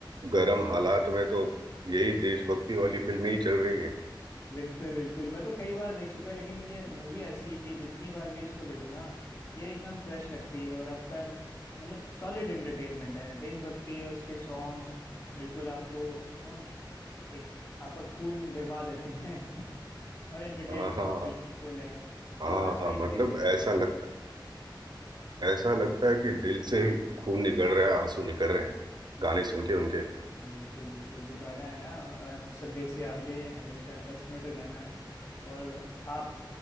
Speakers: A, on the right (about 60°); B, on the left (about 30°).
A: गर्म हालात में तो यही देशभक्ति वाली फिल्में ही चल रही हैं
B: बिल्कुल बिल्कुल मैं तो कई बार देख चुका है लेकिन ये मूवी ऐसी है कि जितनी बार भी इसको देखो ना ये एकदम फ्रेश लगती है और आपका मतलब सॉलिड एंटरटेनमेंट है देशभक्ति और इसके सॉन्ग्स बिल्कुल आपको यू नो एक आपका खून गरमा देते हैं <laughs> और एंटरटेनमेंट
A: हाँ हाँ
B: भी पेज फुल है
A: हाँ
B: तो बस वही फिनिश
A: मतलब
B: करिए
A: ऐसा लगता ऐसा लगता है कि दिल से ही खून निकल रहा है आंसू निकल रहे हैं गाने सुन के उनके
B: बिल्कुल बिल्कुल वो गाना है ना अ, संदेश से आते हैं वो शायद दस मिनट का गाना है और आप